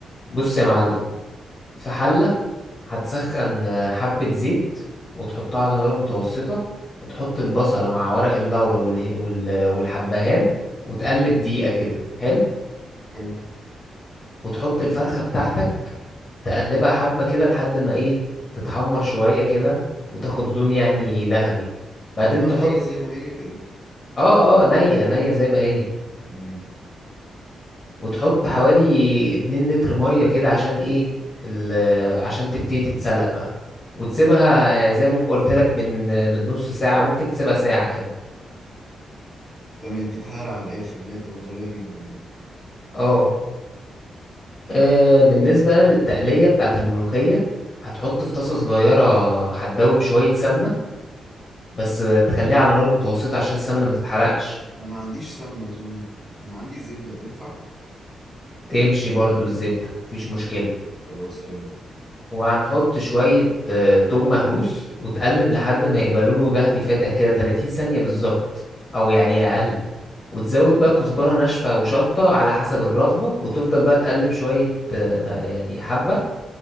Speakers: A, on the left; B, in the centre.
A: بص يا معلم في حلة هتسخن آه، حبة زيت وتحطها على نار متوسطة وتحط البصلة مع ورق اللورا وال- وال- والحبهان وتقلب دقيقة كده حلو
B: حلو
A: وتحط الفرخة بتاعتك تقلبها حبة كده لحد ما ايه تتحمر شوية كده وتاخد لون يعني ذهبي
B: حطها
A: بعدين تحط
B: نية زي ما هي كده
A: اه اه نية نية زي ما هي
B: تمام
A: وتحط حوالي 2 لتر ميه كده عشان ايه ال- عشان تبتدي تتسلق بقى وتسيبها زي ما قلت لك من من نص ساعه ممكن تسيبها ساعه كمان
B: تمام تتهرى على الاخر اللي هي تبقى طرية جدا بقى
A: اه آه، بالنسبه للتقليه بتاعت الملوخيه هتحط في طاسه صغيره هتدوب شويه سمنه بس تخليها على نار متوسطه عشان السمنه ما تتحرقش
B: انا ما عنديش سمنة اظن انا عندي زبدة تنفع
A: تمشي برضو الزبده مفيش مشكله
B: خلاص حلو
A: وهنحط شوية آه، توم مهروس وتقلب لحد ما يبقى لونه ذهبي فاتح كده 30 ثانية بالظبط أو يعني أقل وتزود بقى كزبرة ناشفة وشطة على حسب الرغبة وتفضل بقى تقلب شوية آه، يعني حبة